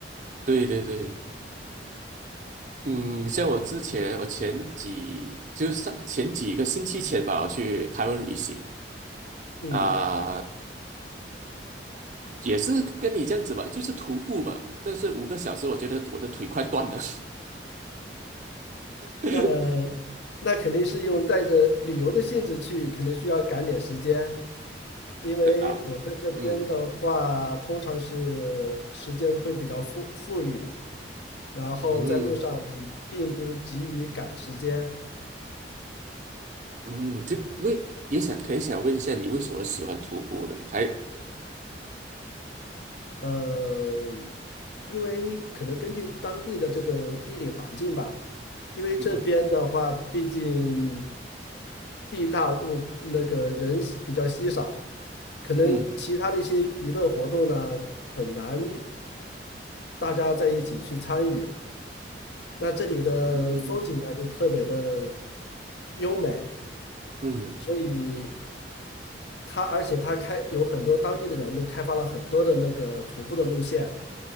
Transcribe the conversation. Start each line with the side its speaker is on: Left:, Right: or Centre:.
Right: 对对对，嗯，
Left: 嗯
Right: 像我之前，我前几就上前几个星期前吧，我去台湾旅行
Left: 嗯，
Right: 啊、也是跟你这样子吧，就是徒步嘛，但是五个小时，我觉得我的腿快断了。<laughs>
Left: 那那肯定是用带着旅游的性质去，可能需要赶点时间，因为我在这边的话，
Right: 对啊，嗯
Left: 通常是时间会比较富富裕，然后在路上并不急于赶时间。
Right: 嗯嗯，就为也想很想问一下你为什么喜欢徒步呢？还
Left: 呃，因为可能根据当地的这个地理环境吧，因为这边的话，
Right: 嗯哼
Left: 毕竟地大物那个人稀比较稀少，可能其他的一些娱乐活动呢，
Right: 嗯
Left: 很难大家在一起去参与。那这里的风景呢，
Right: 嗯
Left: 又特别的优美，
Right: 嗯
Left: 所以它而且它开有很多当地的人都开发了很多的那个徒步的路线。